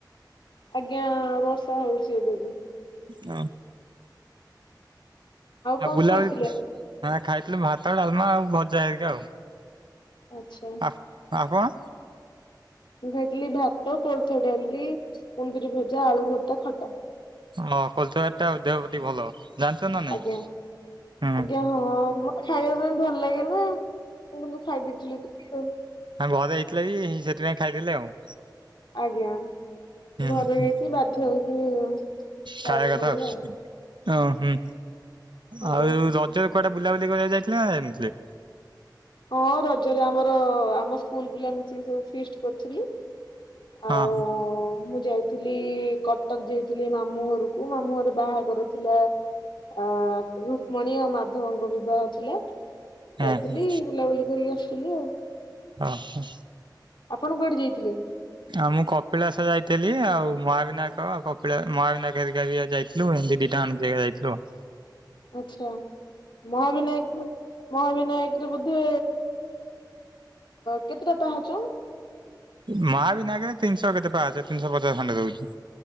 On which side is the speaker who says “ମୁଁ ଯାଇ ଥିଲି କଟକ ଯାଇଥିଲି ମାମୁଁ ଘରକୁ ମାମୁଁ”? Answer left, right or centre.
Left